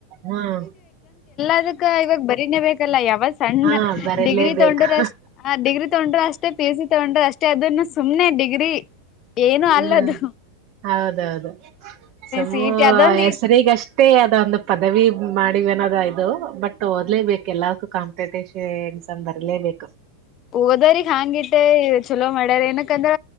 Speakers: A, on the right; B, on the left.
A: ಹ್ಮ್.
B: ಅದಕ್ಕ ಇವಾಗ ಬರೀನೆೇ ಬೇಕಲ್ಲ ಯಾ ಸಣ್ಣ
A: ಹಾ ಬರಲೇಬೇಕು
B: ಡಿಗ್ರಿ ತಗೊಂಡ್ರು ಅಷ್ಟ ಡಿಗ್ರಿ ತಗೊಂಡ್ರು ಅಷ್ಟೇ ಪಿ ಎಸ್ ಸಿ ತಗೊಂಡ್ರು ಅಷ್ ಅಷ್ಟೆ ಅದನ್ನ ಸುಮ್ನೆ ಡಿಗ್ರಿ ಏನು
A: ಹ್ಮ್
B: ಅಲ್ಲದು.
A: ಹೌದೌದು ಸುಮ್ಮೂ
B: ಸಿ ಇಟಿ ಅದೊಂದು
A: ಹೆಸರಿಗಷ್ಟ. ಮತ್ತೆ ಅದೊಂದು ಪದವಿ ಮಾಡಿವೆ ಅನೋದ ಇದು ಬಟ್ ಓದ್ಲೇಬೇಕು ಎಲ್ಲಕ್ಕೂ ಕಾಂಪಿಟೇಷನ್. ಸ ಬರ್ಲೇಬೇಕು.
B: ಓದರಿಗ್ ಹಾಂಗ ಇಟ್ಟ ಚಲೋ ಮಾಡ್ಯಾರ ಏನಕಂದ್ರ.